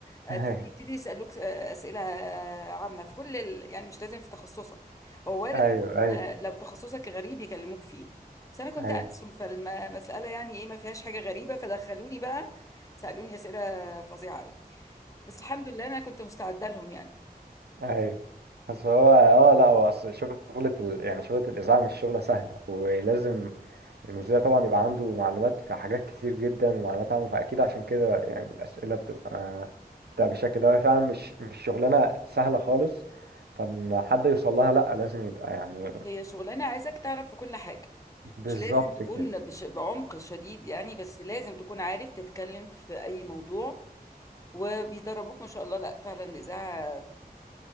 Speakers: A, on the left (about 20°); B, on the right (about 85°).
A: آه،
B: ايوه
A: يبتدي يسألوك آه، أسئلة آه، عامة في كل ال... يعني مش لازم في تخصصك هو وارد
B: ايوه
A: طبعاً
B: ايوه
A: آه، لو تخصصك غريب يكلموك فيه بس أنا كنت
B: ايوه
A: ألسن فالمسألة يعني إيه ما فيهاش حاجة غريبة فدخلوني بقى سألوني أسئلة فظيعة أوي بس الحمد لله أنا كنت مستعدة لهم يعني
B: ايوه بس هو اه لا هو اصل شغلة ال... يعني شغلة الإذاعة مش شغلة سهلة ولازم المذيع طبعا يبقى عنده معلومات في حاجات كتير جدا ومعلومات عامة فأكيد عشان كده يعني الأسئلة بتبقى بتبقى بالشكل ده هي فعلا مش مش شغلانة سهلة خالص فإن حد يوصل لها لا لازم يبقى يعني
A: هي شغلانة عايزك تعرف في كل حاجة
B: بالظبط
A: مش لازم تكون
B: كده
A: بش... بعمق شديد يعني بس لازم تكون عارف تتكلم في أي موضوع وبيدربوك ما شاء الله لا فعلا الإذاعة